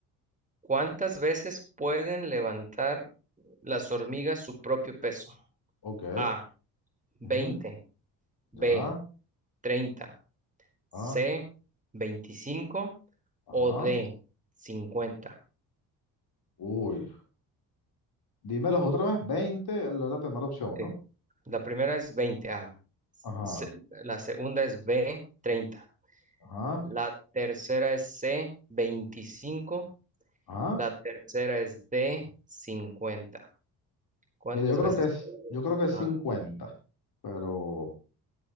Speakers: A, on the right; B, on the left.
A: ¿Cuántas veces pueden levantar las hormigas su propio peso?
B: Ok.
A: A, Veinte.
B: ujú,
A: B,
B: Ya.
A: 30. C,
B: Ah,
A: 25.
B: ajá.
A: o D, 50.
B: Uy. Dímelos otra vez. veinte es la la primera opción,
A: Sí.
B: ¿no?
A: La primera es 20. A. Se-
B: Ajá.
A: la segunda es B, 30.
B: Ajá.
A: La tercera es C, 25.
B: Ajá.
A: La tercera es D, 50. ¿Cuántas
B: Mira, yo creo
A: veces?
B: que es, yo creo que es
A: Ah,
B: cincuenta pero.